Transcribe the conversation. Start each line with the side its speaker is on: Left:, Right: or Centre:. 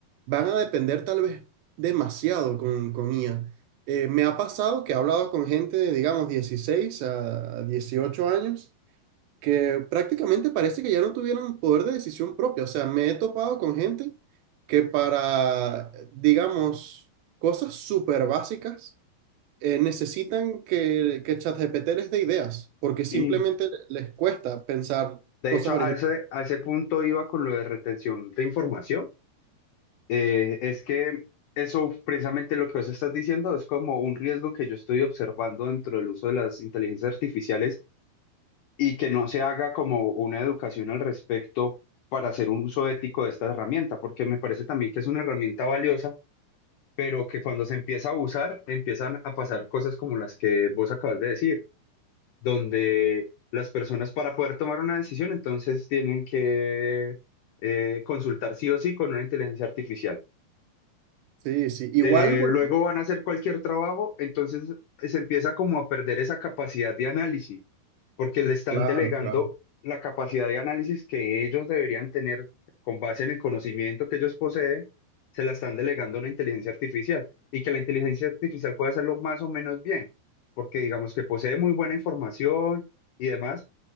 Right: van a depender tal vez demasiado con, con IA. Eh, me ha pasado que he hablado con gente de, digamos, 16 a 18 años que prácticamente parece que ya no tuvieran poder de decisión propia. O sea, me he topado con gente que para, digamos, cosas súper básicas, eh, necesitan que, que ChatGPT les dé ideas, porque simplemente
Left: Sí.
Right: les cuesta pensar
Left: De
Right: cosas
Left: hecho,
Right: originales.
Left: a ese, a ese punto iba con lo de retención de información Eh, es que eso, precisamente lo que vos estás diciendo, es como un riesgo que yo estoy observando dentro del uso de las inteligencias artificiales y que no se haga como una educación al respecto para hacer un uso ético de esta herramienta, porque me parece también que es una herramienta valiosa, pero que cuando se empieza a usar, empiezan a pasar cosas como las que vos acabas de decir, donde las personas para poder tomar una decisión, entonces tienen que eh, consultar sí o sí con una inteligencia artificial.
Right: Sí, sí. Igual,
Left: eh,
Right: bueno,
Left: luego van a hacer cualquier trabajo, entonces se empieza como a perder esa capacidad de análisis, porque le están
Right: claro,
Left: delegando
Right: claro.
Left: la capacidad de análisis que ellos deberían tener con base en el conocimiento que ellos poseen, se la están delegando a una inteligencia artificial y que la inteligencia artificial puede hacerlo más o menos bien, porque digamos que posee muy buena información y demás,